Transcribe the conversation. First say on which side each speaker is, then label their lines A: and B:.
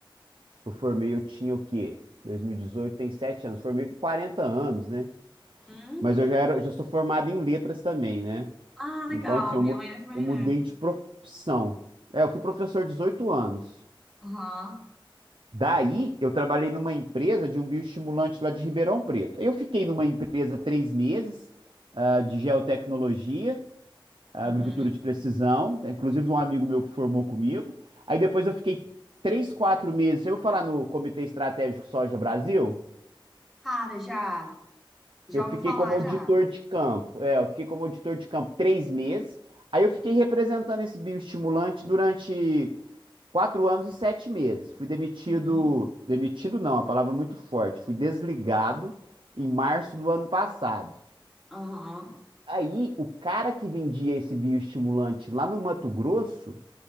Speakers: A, on the right; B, in the centre.
A: Eu formei, eu tinha o quê? 2018 tem 7 anos, formei com 40 anos, né?
B: Hum,
A: Mas eu já era, já sou formado em letras também, né?
B: Ah, legal.
A: Então, assim, eu,
B: Minha
A: mu-
B: mãe também
A: eu mudei
B: é.
A: de profissão. É, eu fui professor 18 anos.
B: Aham.
A: Daí, eu trabalhei numa empresa de um bioestimulante lá de Ribeirão Preto. Aí Eu fiquei numa empresa três meses, ah, de geotecnologia. a
B: Uhum.
A: agricultura de precisão, inclusive um amigo meu que formou comigo. Aí depois eu fiquei três, quatro meses, eu vou falar no Comitê Estratégico Soja Brasil,
B: Cara, já. Já
A: eu fiquei
B: ouvi falar,
A: como auditor
B: já.
A: de campo, é, eu fiquei como auditor de campo três meses, aí eu fiquei representando esse bioestimulante durante quatro anos e sete meses. Fui demitido,
B: Uhum.
A: demitido não, a palavra é muito forte, fui desligado em março do ano passado.
B: Aham.
A: Aí, o cara que vendia esse bioestimulante lá no Mato Grosso,